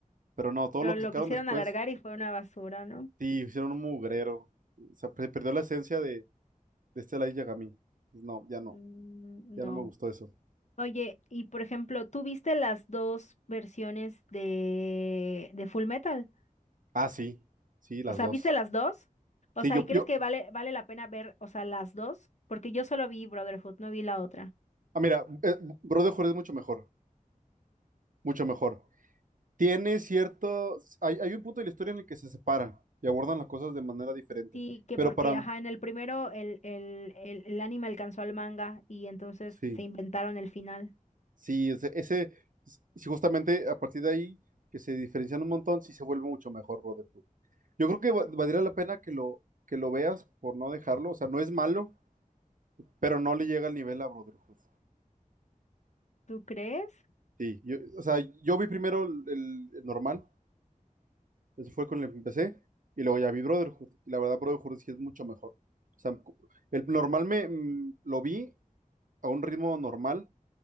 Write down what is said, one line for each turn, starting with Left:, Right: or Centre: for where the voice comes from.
Right: Pero no, todo
Left: Pero
Right: lo que
Left: lo
Right: sacaron
Left: quisieron
Right: después,
Left: alargar y fue una basura, ¿no?
Right: sí, hicieron un mugrero. O sea, se perdió la esencia de, de este Light Yagami. No, ya no,
Left: Mm,
Right: ya
Left: no.
Right: no me gustó eso.
Left: Oye, y por ejemplo, ¿tú viste las dos versiones de, de Full Metal?
Right: Ah, sí, sí, las
Left: O sea,
Right: dos.
Left: ¿viste las dos? O
Right: Sí,
Left: sea,
Right: yo,
Left: ¿y crees
Right: yo,
Left: que vale, vale la pena ver, o sea, las dos? Porque yo solo vi Brotherhood, no vi la otra.
Right: Ah, mira, eh, Brotherhood es mucho mejor, mucho mejor. Tiene cierto, hay, hay un punto de la historia en el que se separan y abordan las cosas de manera diferente,
Left: Sí, que
Right: pero
Left: porque,
Right: para,
Left: ajá, en el primero el, el, el, el anime alcanzó al manga y entonces
Right: sí,
Left: se inventaron el final.
Right: sí, ese, ese- sí, justamente a partir de ahí que se diferencian un montón, sí se vuelve mucho mejor Brotherhood. Yo creo que va- valdría la pena que lo, que lo veas por no dejarlo, o sea, no es malo, pero no le llega al nivel a Brotherhood.
Left: ¿Tú crees?
Right: Sí, yo, o sea, yo vi primero el, el normal Eso fue con el que empecé. Y luego ya vi Brotherhood. Y la verdad, Brotherhood sí es mucho mejor. O sea, el normal me mm, lo vi a un ritmo normal.